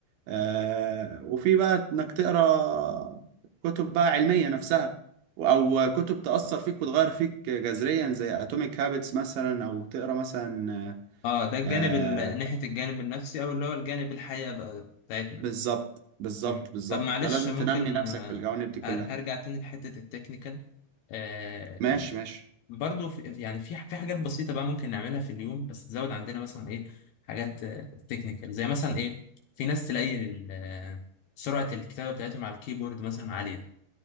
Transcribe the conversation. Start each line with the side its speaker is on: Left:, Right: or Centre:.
Right: آه وفي بقى انك تقرا كتب بقى علمية نفسها او كتب تأثر فيك وتغير فيك جذريا زي اتوميك هابتس مثلا او تقرا مثلا
Left: اه ده الجانب
Right: آه،
Left: ال- ناحية الجانب النفسي أو اللي هو الجانب الحياة بقى بتاعتنا
Right: بالظبط بالظبط
Left: مم.
Right: بالظبط
Left: طب معلش
Right: فلازم
Left: ممكن
Right: تنمي نفسك
Left: آه،
Right: في الجوانب
Left: أر-
Right: دي كلها
Left: أرجع تاني لحتة التكنيكال آه
Right: ماشي ماشي
Left: برضو في يعني في في حاجات بسيطة بقى ممكن نعملها في اليوم بس تزود عندنا مثلا إيه حاجات آه، تكنيكال زي مثلا إيه في ناس تلاقي ال- آه، سرعة الكتابة بتاعتهم على الكيبورد مثلا عالية